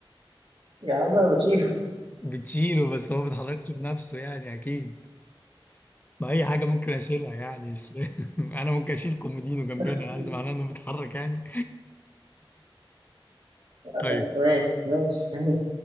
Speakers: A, on the right (about 65°); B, on the left (about 20°).
A: يا عم انا بشيله
B: بتشيله بس هو ما بيتحركش بنفسه يعني اكيد ما اي حاجه ممكن اشيلها يعني مش- <laughs> انا ممكن اشيل كومودينو جنبنا
A: <laughs>
B: يعني
A: آه،
B: ده معناه انه بيتحرك يعني
A: انا
B: طيب
A: ماشي ماشي ماشي